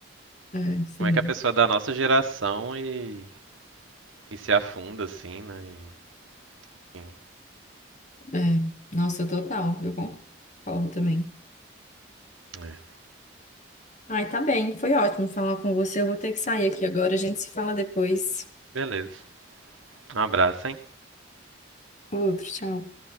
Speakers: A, on the left (about 35°); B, on the right (about 80°).
A: É, sim.
B: como é que a pessoa da nossa geração e, e se afunda assim, né? E, enfim,
A: É. Nossa, total. Eu concordo também.
B: é.
A: Ai, tá bem. Foi ótimo falar com você. Eu vou ter que sair aqui agora. A gente se fala depois.
B: Beleza. Um abraço, hein?
A: Outro, tchau.